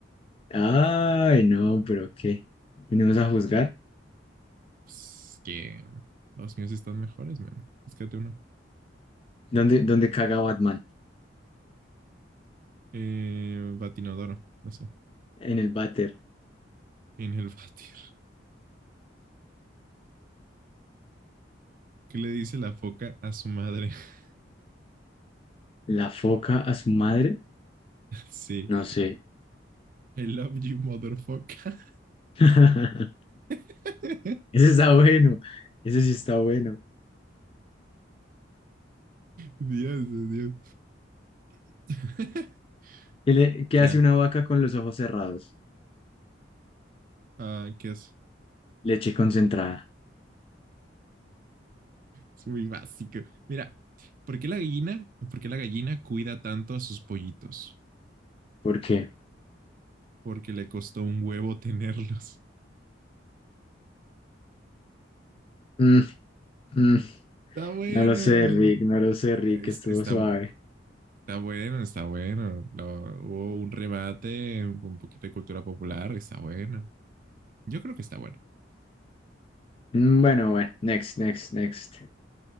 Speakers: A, on the left (about 30°); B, on the right (about 45°).
A: Ay, no, pero ¿qué? ¿Venimos a juzgar?
B: Pues, que los míos están mejores, man. Búscate uno.
A: ¿Dónde, dónde caga Batman?
B: Eh, batinodoro, no sé.
A: en el váter,
B: En el batir. ¿Qué le dice la foca a su madre? <laughs>
A: la foca a su madre,
B: Sí.
A: no sé.
B: I love you, motherfucker.
A: <laughs>
B: <laughs>
A: Ese está bueno, ese sí está bueno.
B: Dios, Dios. <laughs>
A: ¿Qué, le- qué
B: Ya,
A: hace una vaca con los ojos cerrados?
B: ah, ¿qué es?
A: Leche concentrada.
B: Es muy básico. Mira, ¿por qué la gallina, por qué la gallina cuida tanto a sus pollitos?
A: ¿Por qué?
B: Porque le costó un huevo <laughs> tenerlos.
A: Mm, mm.
B: Está bueno.
A: No lo sé, Rick, no lo sé, Rick,
B: Está,
A: estuvo
B: está,
A: suave.
B: está bueno, está bueno. Lo- hubo un remate con un poquito de cultura popular. Está bueno. Yo creo que está bueno.
A: Mm, bueno, bueno, next, next, next.